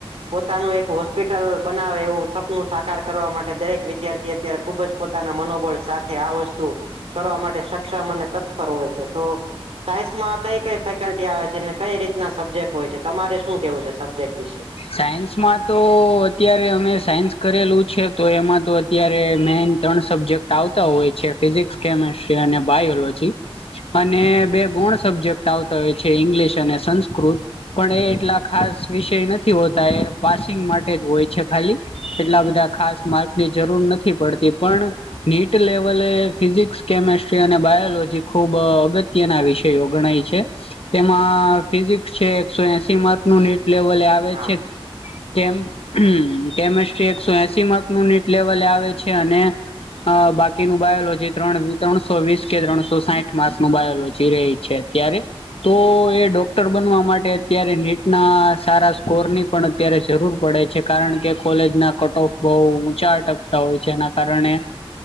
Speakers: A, on the right; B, on the left.
A: પોતાનું એક હોસ્પિટલ બનાવે એવું સપનું સાકાર કરવા માટે દરેક વિદ્યાર્થી અત્યારે ખુબ જ પોતાના મનોબળ સાથે આ વસ્તુ કરવા માટે સક્ષમ અને તત્પર હોય છે તો સાયસ માં કઈ કઈ ફેકલ્ટી આવે છે ને કઈ રીતના સબ્જેક્ટ હોય છે તમારે શું કેવું છે સબ્જેક્ટ વિશે
B: સાયન્સમાં તો અત્યારે અમે સાયન્સ કરેલું છે તો એમાં તો અત્યારે મેન ત્રણ સબ્જેક્ટ આવતા હોય છે ફિઝિક્સ કેમેસ્ટ્રી અને બાયોલોજી અને બે ગોણ સબ્જેક્ટ આવતા હોય છે ઇંગ્લિશ અને સંસ્કૃત પણ એ એટલા ખાસ વિષય નથી હોતા એ પાસિંગ માટે જ હોય છે ખાલી એટલા બધા ખાસ માર્કની જરૂર નથી પડતી પણ નીટ લેવલે ફિઝિક્સ કેમેસ્ટ્રી અને બાયોલોજી ખૂબ અગત્ય ના વિષ ગણાય છે તેમાં ફિઝિક્સ છે એકસો એસીર્ક લેવલે આવે
A: હા
B: છે તેમ હ કેમિસ્ટ્રી એકસો એસી નનટ લેવલે આવે છે અને અ બાકીનું બાયોલોજી ત્રણ ત્રણસો વીસ કે ત્રણસો સાઠ માર્સ નું બાયોલોજી રહી છે ત્યારે તો એ ડોક્ટર બનવા માટે અત્યારે નીટના સારા કોર ની પણ અત્યારે જરૂર પડે છે કારણ કે કોલેજ ના કટ ઓફ બહુ ઊંચા અટકતા હોય છે અને કારણે